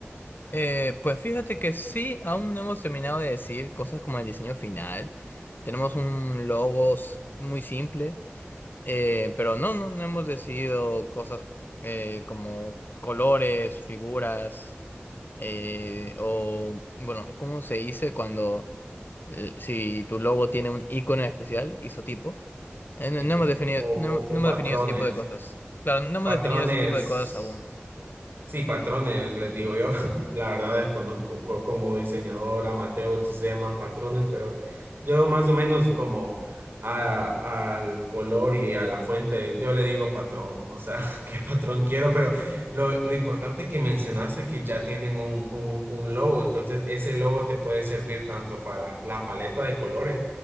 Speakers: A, on the left (about 50°); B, on the right (about 60°).
A: Eh, pues fíjate que sí, aún no hemos terminado de decir cosas como el diseño final. Tenemos un logo s- muy simple, eh, pero no, no, no hemos decidido cosas eh, como colores, figuras, eh, o bueno, ¿cómo se dice cuando eh, si tu logo tiene un icono especial, isotipo? Eh, No,
B: Isa,
A: no hemos
B: tipo,
A: definido,
B: o,
A: no,
B: o
A: no
B: o
A: hemos
B: patrones,
A: definido ese tipo de cosas. Claro, no hemos
B: patrones.
A: definido ese tipo de cosas aún.
B: Sí, patrones, les digo yo, <laughs> la verdad desconozco por- como diseñador amateur si se llaman patrones, pero yo más o menos como a- al color y a la fuente, yo le digo patrón, o sea, <laughs> qué patrón quiero, pero lo, lo importante que mencionaste que ya tienen un, un, un logo, entonces ese logo te puede servir tanto para la paleta de colores,